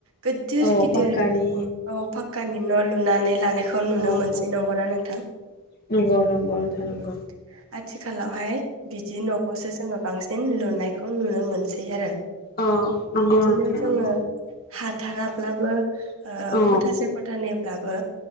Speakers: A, on the right; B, on the left.
A: गोददिर
B: औ
A: गिदिर
B: पाक्कानि
A: औ फाकानि न' लुनानै लानाय खौ नुनो
B: औ
A: मोनसै
B: औ
A: नंगौना नोंथां?
B: नंगौ नंगौ
A: उम
B: नोंथां नंगौ
A: उम आ थिखालावहाय बिदि न'खऔसो जों बांसिन लुनायखौ नुनो मोनसै आरो
B: औ नंगौ
A: बिदिनो
B: नोंथां
A: जोङो
B: नंगौ
A: हाथाराब्लाबो ओ
B: औ
A: ख'थासे ख'थानै ब्लाबो